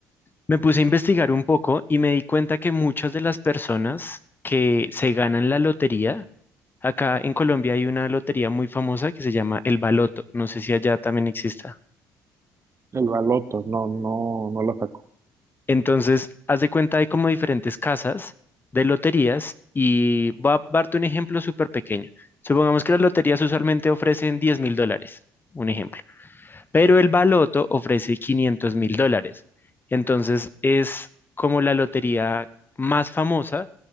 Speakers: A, on the left; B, on the right.
A: me puse a investigar un poco y me di cuenta que muchas de las personas que se ganan la lotería, Acá en Colombia hay una lotería muy famosa que se llama el Baloto. No sé si allá también exista.
B: El baloto, no, no, no la saco.
A: Entonces, haz de cuenta, hay como diferentes casas de loterías y va a darte un ejemplo súper pequeño. Supongamos que las loterías usualmente ofrecen 10 mil dólares, un ejemplo, pero el Baloto ofrece 500 mil dólares. Entonces, es como la lotería más famosa,